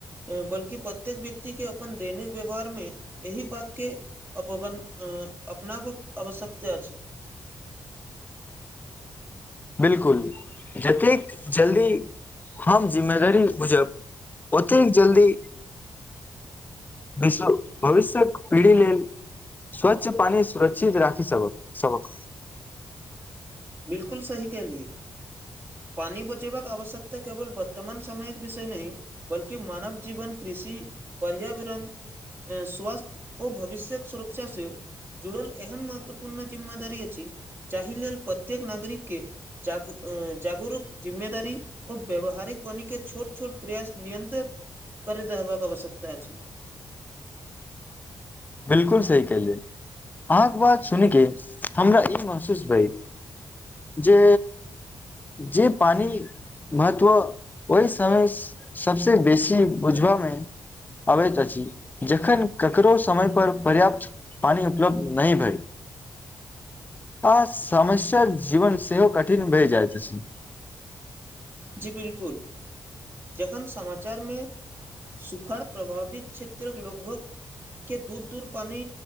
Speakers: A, on the right; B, on the left.
A: अ बल्कि प्रत्येक व्यक्तिके अपन दैनिक व्यवहारमे एहि बातके अपन अ अपनाबक आवश्यकता अछि
B: बिलकुल जतेक जल्दी हम जिम्मेदारी बुझब ओतेक जल्दी विश भविष्य्यक पीढ़ी लेल स्वच्छ पानि सुरक्षित राखि सबक सबक
A: बिलकल सही कहलिय पानी बचेबाक आवश्यकता केवल बर्तमान समयक विषय नहि बल्कि मानव जीवन कृषि पर्यावरण स्वास्थ्य ओ भविष्य्यक सुरक्षा से जुड़ल एहन महत्वपूर्ण जिम्मेदार अछि जाहि लेल प्रत्येक नागरिक के जाग जागरूक जिम्मेदारी ओ व्यावहारिक बनी के छोट छोट प्रयास नियंत्रित करैत रहबाक आवश्यकता अछि
B: बिलकुल सही केलियै अहाँके बात सुनिक हमरा ई महसूस भेल जे जे पानि महत्व ओहि समय सबस बेसी बुझबा में आबैत अछि जखन ककरो समय पर पर्याप्त पानी उपलब्ध नय भय आ समस्या जीवन सेहो कठिन भय जाइत अछि
A: जी बिलकुल जखन समाचार में सुखाड़ प्रभावित क्षेत्रक लगभग के दूर दूर पानी